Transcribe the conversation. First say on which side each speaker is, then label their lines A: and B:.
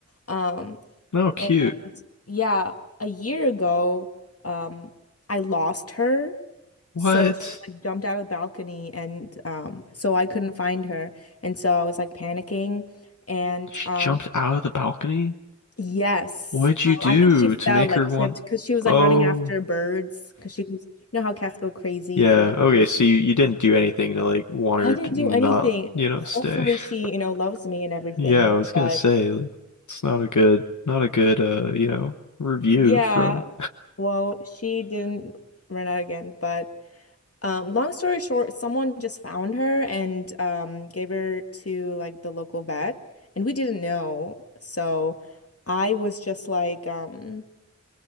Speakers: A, on the left; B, on the left.
A: Um,
B: No, cute.
A: And yeah, a year ago, um, I lost her.
B: What?
A: So she like jumped out of the balcony and um so I couldn't find her. And so I was like panicking and
B: She
A: um
B: jumped out of the balcony?
A: yes.
B: What'd you
A: Um,
B: do
A: I think she
B: to
A: fell
B: make
A: like
B: her want?
A: tripped because she was like
B: Oh.
A: running after birds because she was you know how cats go crazy
B: Yeah,
A: for birds.
B: okay, so you, you didn't do anything to like want
A: I
B: her
A: didn't
B: to
A: do
B: not,
A: anything.
B: you know,
A: Hopefully
B: stay. <laughs>
A: she, you know, loves me and everything.
B: Yeah, I was gonna
A: But
B: say, like, it's not a good not a good uh, you know, review
A: yeah,
B: from
A: well, she didn't run out again, but Um, long story short, someone just found her and um, gave her to like the local vet, and we didn't know. So I was just like um,